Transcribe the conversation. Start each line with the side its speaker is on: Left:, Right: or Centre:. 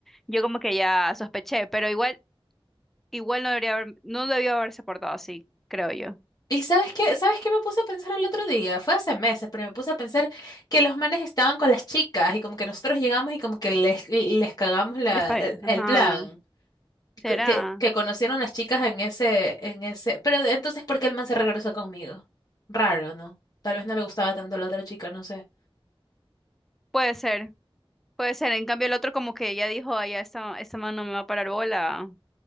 Centre: yo como que ya sospeché, pero igual, igual no debería haber, no debió haberse portado así, creo yo.
Left: ¿Y sabes qué? ¿Sabes qué me puse a pensar el otro día? Fue hace meses, pero me puse a pensar que los manes estaban con las chicas y como que nosotros llegamos y como que les, les cagamos la,
Centre: Les pa-
Left: el el
Centre: ajá,
Left: plan.
Centre: será,
Left: que, que- que conocieron las chicas en ese, en ese. Pero de- entonces, ¿por qué el man se regresó conmigo? Raro, ¿no? Tal vez no le gustaba tanto la otra chica, no sé.
Centre: puede ser, puede ser. En cambio el otro como que ya dijo, ay, ya esta, esta man no me va a parar bola.